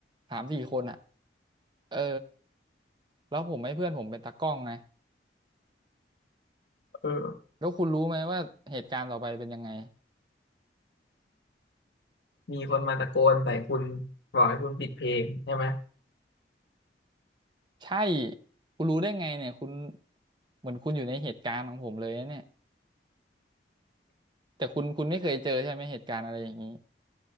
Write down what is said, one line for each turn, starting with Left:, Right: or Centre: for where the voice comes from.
Right: สามสี่คนอ่ะเออแล้วผมให้เพื่อนผมเป็นตากล้องไง
Left: เออ
Right: แล้วคุณรู้ไหมว่าเหตุการณ์ต่อไปเป็นยังไง
Left: มีคนมาตะโกนใส่คุณบอกให้คุณปิดเพลงใช่ไหม
Right: ใช่คุณรู้ได้ไงเนี่ยคุณเหมือนคุณอยู่ในเหตุการณ์ของผมเลยนะเนี่ยแต่คุณคุณไม่เคยเจอใช่ไหมเหตุการณ์อะไรอย่างนี้